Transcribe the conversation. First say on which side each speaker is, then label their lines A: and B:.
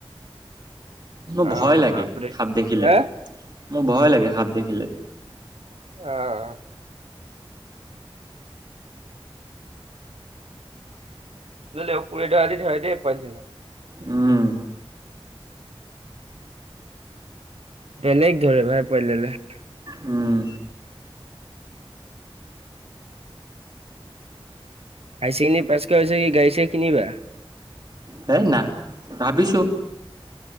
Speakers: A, on the right; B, on the right.
A: মোৰ ভয়
B: অ
A: লাগে
B: বাপৰে
A: সাপ দেখিলে
B: হা
A: মোৰ ভয় লাগে সাপ দেখিলে।
B: অ'। সুুৰে ধৰা দি ধৰে দেই পোৱালিজনিয়ে।
A: উম।
B: বেলেগ ধৰে ভাই <unintelligible>
A: উম।
B: হায় ছেকেণ্ডেৰী পাছ কৰা হৈছে কি গাড়ী চাৰি কিনিবা।
A: হে না ভাবিছো